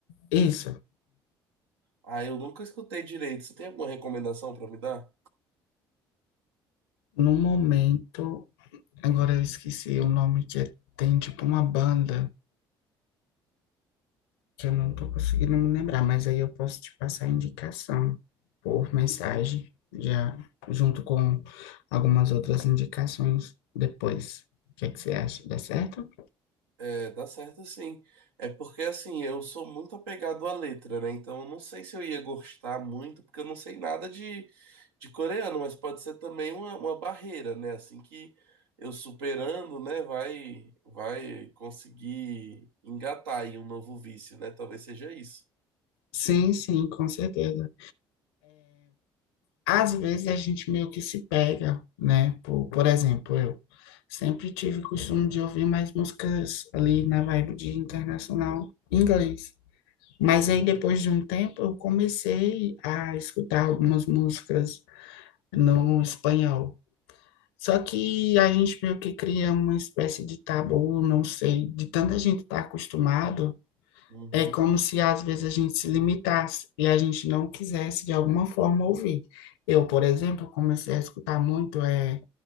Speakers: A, on the left; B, on the right.
A: Isso,
B: Ah, eu nunca escutei direito. Você tem alguma recomendação pra me dar?
A: no momento Agora eu esqueci o nome que é- tem tipo uma banda que eu não tô conseguindo me lembrar, mas aí eu posso te passar a indicação por mensagem, já junto com algumas outras indicações depois. O que é que você acha? Dá certo?
B: É, dá certo sim. É porque assim, eu sou muito apegado à letra, né? Então eu não sei se eu ia gostar muito, porque eu não sei nada de, de coreano, mas pode ser também uma, uma barreira, né? Assim que eu superando, né, vai, vai conseguir engatar aí um novo vício, né? Talvez seja isso.
A: Sim, sim, com certeza. Às vezes a gente meio que se pega, né? Por, por exemplo, eu sempre tive o costume de ouvir mais músicas ali na vibe de internacional inglês. Mas
B: Uhum,
A: aí, depois de um tempo, eu comecei a escutar algumas músicas no espanhol. Só que a gente meio que cria uma espécie de tabu, não sei, de tanta gente estar acostumado,
B: uhum.
A: é como se às vezes a gente se limitasse e a gente não quisesse de alguma forma ouvir. Eu, por exemplo, comecei a escutar muito é